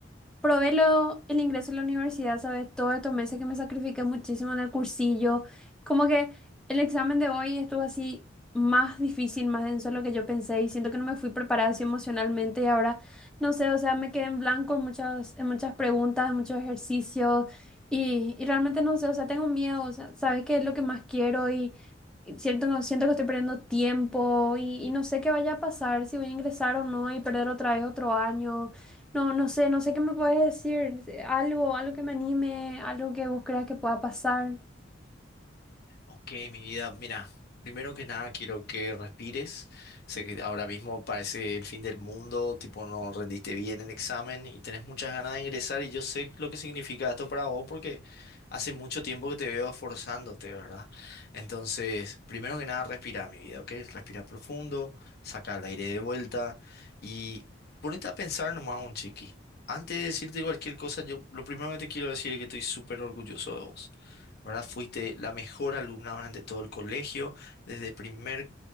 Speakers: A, in the centre; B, on the left (about 55°).
A: Probé lo- el ingreso a la universidad, ¿sabes? Todos estos meses que me sacrifiqué muchísimo en el cursillo. Como que el examen de hoy estuvo así más difícil, más denso de lo que yo pensé y siento que no me fui preparada así emocionalmente y ahora, no sé, o sea, me quedé en blanco en muchas, en muchas preguntas, en muchos ejercicios y, y realmente no sé, o sea, tengo miedo, o sea, ¿sabes qué es lo que más quiero? Y, y siento, siento que estoy perdiendo tiempo y, y no sé qué vaya a pasar, si voy a ingresar o no y perder otra vez otro año. No, no sé, no sé qué me puedes decir. Algo, algo que me anime, algo que vos creas que pueda pasar.
B: Ok, mi vida, mira, primero que nada quiero que respires. Sé que ahora mismo parece el fin del mundo, tipo no rendiste bien el examen y tenés muchas ganas de ingresar y yo sé lo que significa esto para vos porque hace mucho tiempo que te veo esforzándote, ¿verdad? Entonces, primero que nada, respira, mi vida, ¿ok? Respira profundo, saca el aire de vuelta y ponete a pensar nomás un chiqui. Antes de decirte cualquier cosa, yo lo primero que te quiero decir es que estoy súper orgulloso de vos. ¿verdad? Fuiste la mejor alumna durante todo el colegio, desde primer,